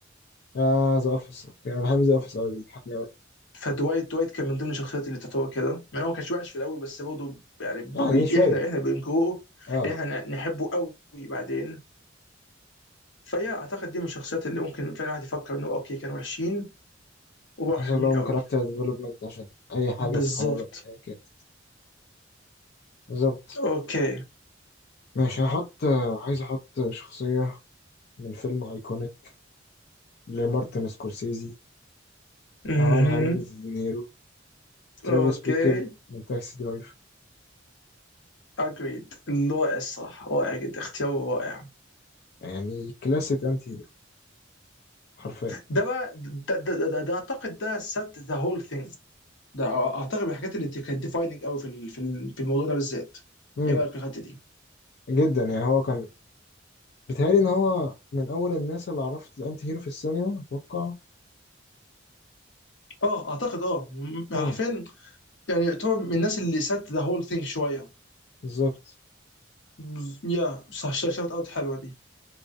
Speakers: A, on the left (about 55°); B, on the left (about 75°).
A: اه ذا اوفيس انا بحب ذا اوفيس قوي بيضحكني قوي
B: فدوايت دوايت كان من ضمن الشخصيات اللي تعتبر كده يعني هو ما كانش وحش في الاول بس برضه يعني ب-
A: يعني
B: ب-
A: شوية
B: احنا احنا بنجوه
A: اه
B: احنا ن- نحبه قوي بعدين فهي اعتقد دي من الشخصيات اللي ممكن فعلا الواحد يفكر انه اوكي كانوا وحشين وبقوا
A: حصل
B: حلوين
A: لهم
B: قوي
A: كاركتر ديفلوبمنت عشان أي حاجة
B: بالظبط
A: في الحياة بقى هي كده بالظبط
B: اوكي
A: ماشي هحط عايز أحط شخصية من فيلم أيكونيك لمارتن سكورسيزي
B: اها
A: عملها روبرت دينيرو ترافيس
B: اوكي
A: بيكل من تاكسي درايفر
B: اجريد رائع الصراحه رائع جدا اختيار رائع
A: يعني كلاسيك أنتي هيرو حرفيا
B: ده بقى ده ده, ده, ده, ده اعتقد ده set the whole thing ده اعتقد من الحاجات اللي كانت defining قوي في ال- في ال- في الموضوع ده بالذات
A: مم.
B: ايه رايك في الحته دي؟
A: جدا يعني هو كان بيتهيألي إن هو من أول الناس اللي عرفت الأنتي هيرو في السينما أتوقع
B: اه اعتقد اه م-
A: مم.
B: حرفيا يعني يعتبر من الناس اللي سات ذا هول ثينج شويه
A: بالظبط
B: بز- يا صح شوت اوت حلوه دي